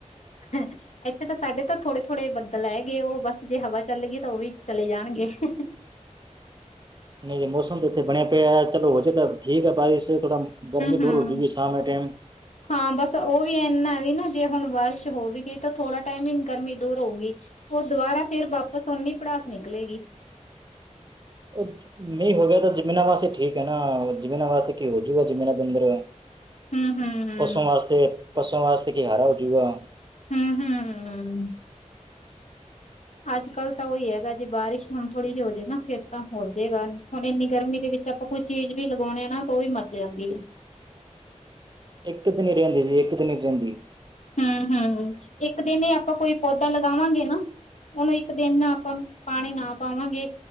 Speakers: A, on the left; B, on the right.
A: <unintelligible> ਇੱਥੇ ਤਾਂ ਸਾਡੇ ਤਾਂ ਥੋੜੇ- ਥੋੜ੍ਹੇ ਬੱਦਲ ਹੈਗੇ ਏ, ਓ ਬਸ ਜੇ ਹਵਾ ਚੱਲ ਗਈ ਤਾਂ ਓ ਵੀ ਚਲੇ ਜਾਨਗੇ। <inaudible>
B: ਹੁਨ ਜੇ ਮੌਸਮ ਤਾਂ ਉੱਤੇ ਬਨੇਆ ਪੇਆ ਚਲੋ, ਹੋਜੇ ਤਾਂ ਠੀਕ ਆ ਬਾਰਿਸ਼ ਥੋੜਾ ਗਰਮੀ ਦੂਰ
A: ਹੂੰ
B: ਹੋਜੂਗੀ, ਸ਼ਾਮ ਦੇ ਟੈਮ
A: ਹਾਂ, ਬਸ ਓ ਵੀ ਇਨਾ ਵੀ ਨਾ, ਜੇ ਹੁਨ ਬਾਰਿਸ਼ ਹੋਵੀਗੀ, ਤਾਂ ਥੋੜਾ ਟੈਮ ਈ ਗਰਮੀ ਦੂਰ ਹੋਊਗੀ। ਔਰ, ਦੁਬਾਰਾ ਫੇਰ ਵਾਪਸ ਓਨੀ ਪੜਾਸ ਨਿਕਲੇਗੀ।
B: ਓ ਨਈ ਹੋ ਗੇਆ ਤਾਂ ਜ਼ਮੀਨਾਂ ਵਾਸਤੇ ਠੀਕ ਏ ਨਾ, ਜ਼ਮੀਨਾਂ ਵਾਸਤੇ ਕੀ ਹੋਜੂਗਾ ਜ਼ਮੀਨਾਂ ਬੰਦਰ
A: ਹੂੰ-ਹੂੰ-ਹੂੰ-ਹੂੰ
B: ਪਸੂੋਂ ਵਾਸਤੇ ਪਸੂਆਂ ਵਾਸਤੇ ਕੀ ਹਰਾ ਹੋਜੂਗਾ।
A: ਹੂੰ, ਹੂੰ ਅੱਜ-ਕੱਲ੍ਹ ਤਾਂ ਉਹੀ ਹੈਗਾ, ਜੇ ਬਾਰਿਸ਼ ਹੁਨ ਥੋੜੀ ਜੀ ਹੋ ਜੇ ਨਾ, ਫਿਰ ਤਾਂ ਹੋਜੇਗਾ, ਹੁਨ ਇੰਨੀ ਗਰਮੀ ਦੇ ਵਿੱਚ ਚ ਆਪਾਂ ਕੋਈ ਚੀਜ਼ ਵੀ ਲਗਾਓਨੇ ਆ, ਨਾ ਓ ਵੀ ਮਚ ਜਾਂਦੀ ਏ।
B: ਏਕ ਦਿਨ ਰਹਿੰਦੀ ਸੀ, ਏਕ ਦਿਨ ਨੀ ਰਹਿੰਦੀ।
A: ਹੂੰ-ਹੂੰ, ਇੱਕ ਦਿਨ ਹੀ ਆਪਾਂ ਕੋਈ ਪੌਦਾ ਲਗਾਵਾਂਗੇ ਨਾ। ਉਹਨੂੰ ਇੱਕ ਦਿਨ ਨਾ ਆਪਾਂ ਨੂੰ ਪਾਨੀ ਨਾ ਪਾਵਾਂਗੇ।